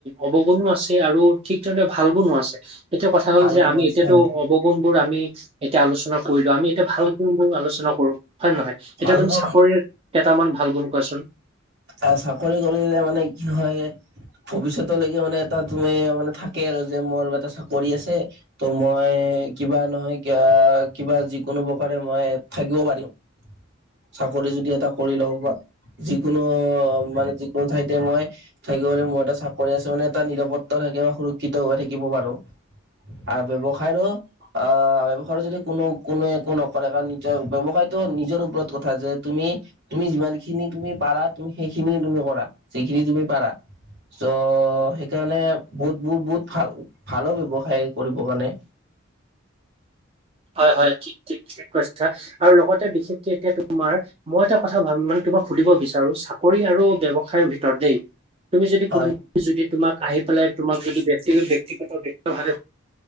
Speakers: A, on the right; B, on the right.
A: অৱগুণো আছে আৰু ঠিক তেনেদৰে ভাল গুণো আছে। এতিয়া কথা হ'ল
B: ভাল
A: যে
B: গুণো
A: আমি
B: আছে
A: এতিয়াতো
B: হয়।
A: অৱগুণ বোৰ আমি এতিয়া আলোচনা কৰিলো আমি। এ ভাল। আলোচনা কৰো হয় নে নহয় এতিয়া
B: ভাল
A: তুমি
B: গুণ
A: চাকৰিৰ। কেইটামান ভাল গুণ কোৱাচোন?
B: আহ চাকৰি কৰিলে মানে কি হয় ভৱিষ্যতলৈকে মানে এটা তুমি মানে থাকে আৰু যে মোৰ এটা চাকৰি আছে ত' মই কিবা নহয় ক কিবা যিকোনো প্ৰকাৰে মই থাকিব পাৰিম। চাকৰি যদি এটা কৰি লওঁ বা যিকোনো। মানে যিকোনো ঠাইতে মই থাকিব পাৰিম মোৰ এটা চাকৰি আছে মানে এটা নিৰাপত্তা থাকে বা সুৰক্ষিত হৈ থাকিব পাৰো। আৰু ব্যৱসায়ৰো অঁ যদি কোনো কোনো একো নকৰে কাৰণ নিজৰ ব্যৱসায়ত নিজৰ ওপৰত কথা যে তুমি তুমি যিমানখিনি তুমি পাৰা তুমি সেইখিনি তুমি কৰা যিখিনি তুমি পাৰা চ' সেইকাৰণে বহুত বহুত বহুত ভাল ভালো ব্যৱসায় কৰিব কাৰণে।
A: হয় হয় ঠিক ঠিক কৈছা আৰু লগতে বিশেষকে এতিয়া তোমাৰ মই এটা কথা ভ মানে তোমাক সুধিব বিচাৰো চাকৰি আৰু ব্য্ৱসায়ৰ ভিতৰত দেই তুমি যদি
B: হয়
A: কোনোবা যদি তোমাক আহি পেলাই তোমাক যদি ব্যক্তিগত। ভাৱ